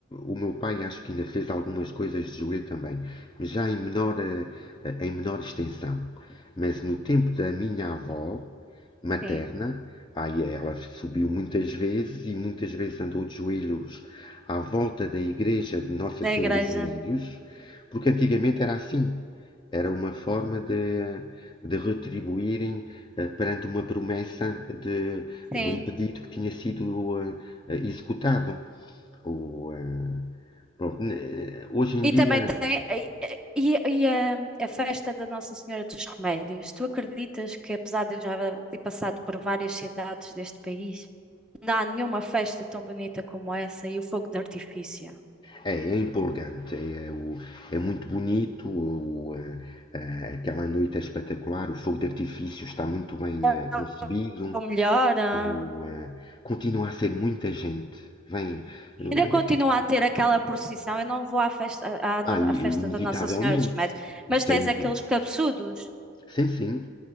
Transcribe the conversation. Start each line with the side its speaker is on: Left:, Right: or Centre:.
Left: o meu pai acho que ainda fez algumas coisas de joelho também, mas já em menor, ah, ah, em menor extensão. Mas no tempo da minha avó materna,
Centre: sim,
Left: aí ela subiu muitas vezes e muitas vezes andou de joelhos à volta da igreja de Nossa
Centre: da
Left: Senhora
Centre: igreja,
Left: dos Remédios, porque antigamente era assim. Era uma forma de, de retribuírem eh, perante uma promessa de,
Centre: sim.
Left: de um pedido que tinha sido eh, eh, executado. O, eh, pronto, né, hoje em
Centre: E
Left: dia
Centre: também tem e, e- e a, a festa da Nossa Senhora dos Remédios. Tu acreditas que, apesar de eu já ter passado por várias cidades deste país, não há nenhuma festa tão bonita como essa e o fogo de artifício?
Left: é, é empolgante, é, é o- é muito bonito, o, eh, eh, aquela noite é espetacular, o fogo de artifício está muito bem
Centre: É
Left: eh, concebido,
Centre: o melhor. ah.
Left: o, eh, continua a ser muita gente. Vem, eh,
Centre: ainda continua a ter aquela procissão. Eu não vou à festa, à, no-
Left: ah, inevitavelmente,
Centre: à festa da Nossa Senhora dos Remédios,
Left: isso
Centre: mas tens
Left: é inevi-
Centre: aqueles cabeçudos.
Left: Sim, sim.